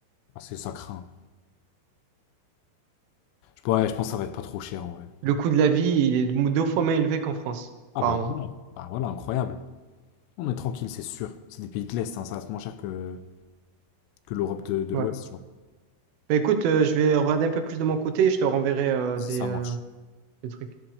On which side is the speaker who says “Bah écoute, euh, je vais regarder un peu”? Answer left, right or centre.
Right